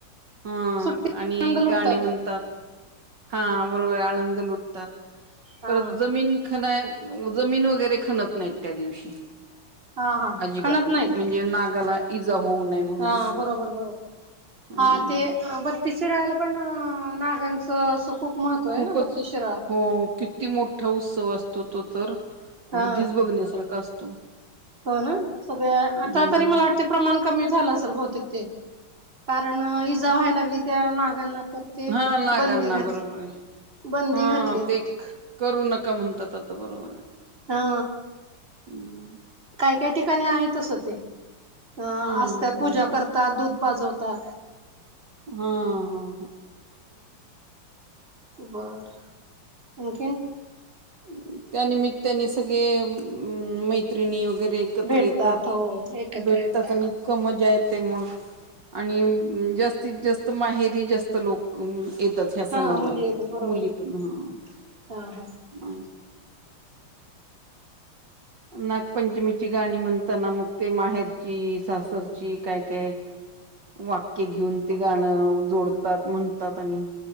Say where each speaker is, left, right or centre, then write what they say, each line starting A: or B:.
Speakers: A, on the right; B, on the right.
A: हा
B: सुट्टी
A: आणि
B: आनंद लुटतात
A: गाणे म्हणतात. हा बरोबर आनंद लुटतात.
B: हा
A: पर जमीन जमीन वगैरे खणत नाहीत, त्या दिवशी
B: हा हा
A: अजिबात
B: खणत नाहीत
A: म्हणजे नागाला इजा होऊ नये म्हणून
B: हा बरोबर, बरोबर,
A: हम्म.
B: हा ते तिसरायला पण नागांचं असं खूप <unintelligible>
A: खूपच,
B: ना बत्तीस शिराळा
A: हो किती मोठा उत्सव असतो तो तर अगदीच
B: हा
A: बघण्यासारखा असतो.
B: हो ना, सगळे आता
A: हम्म
B: तरी मला वाटते प्रमाण कमी झालं असेल? बहुतेक ते कारण इजा व्हायला लागली, त्या नागांना तर ते
A: हा नागांना
B: बंदी घातले.
A: बरोबर आहे
B: बंदी
A: हा
B: घातली
A: ते
B: होते.
A: करू नका म्हणतात आता बरोबर आहे
B: हा
A: हम्म
B: काय काय ठिकाणी आहेत. अस ते अ
A: हम्म
B: असत्यात पूजा
A: बरोबर
B: करतात दूध वाजवता.
A: हा, हा, ह
B: बर, आणखीन
A: त्यानिमित्ताने त्यानिमित्ताने, सगळे मैत्रिणी व वगैरे एकत्र
B: भेटतात
A: येतात.
B: हो एकत्र
A: भेटतात
B: येतात
A: आणि इतक मजा येत ते मग, आणि जास्तीत जास्त माहेरी जास्त लोक येतात ह्या सणाला,
B: हा मुली येतात बरोबर
A: मुली
B: आहे
A: पण हा
B: हा हा
A: मा नागपंचमीची गाणी म्हणताना, मग ते माहेरची, सासरची, काय काय वाक्य घेऊन ते गाणं जोडतात, म्हणतात, आणि